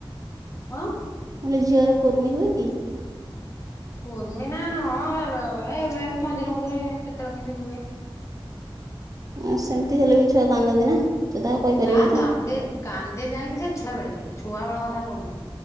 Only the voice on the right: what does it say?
ମାନେଲେ ଝିଅର କୁର୍ମୀ ହୁଏ କି?
ଆ ସେମିତି ହେଲେ ବି ଛୁଆ କାନ୍ଦନ୍ତି ନା। ସେ ତ ଆଉ କହିପାରିବେନି